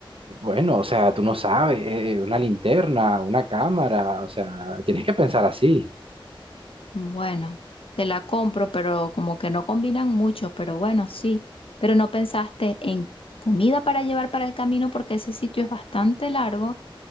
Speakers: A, on the right; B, on the left.
A: Bueno, o sea, tú no sabes, eh, eh, una linterna, una cámara, o sea, tienes que pensar así.
B: Bueno, te la compro, pero como que no combinan mucho, pero bueno, sí. Pero no pensaste en comida para llevar para el camino porque ese sitio es bastante largo,